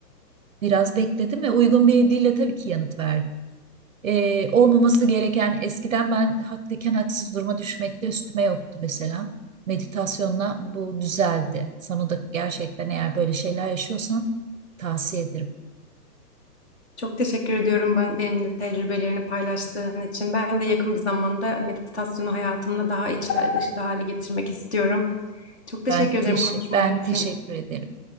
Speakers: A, on the right (about 55°); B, on the left (about 40°).
A: Biraz bekledim ve uygun bir dille tabii ki yanıt verdi. Ee, olmaması gereken eskiden ben haklıyken haksız duruma düşmekte üstüme yoktu mesela. Meditasyonla bu düzeldi. Sana da gerçekten eğer böyle şeyler yaşıyorsan tavsiye ederim.
B: Çok teşekkür ediyorum ben- benimle tecrübelerini paylaştığın için. Ben de yakın bir zamanda meditasyonu hayatımda daha içli dışlı hale getirmek istiyorum. Çok teşekkür
A: Ben teşekkür
B: ederim konuşma
A: ben
B: için.
A: teşekkür ederim.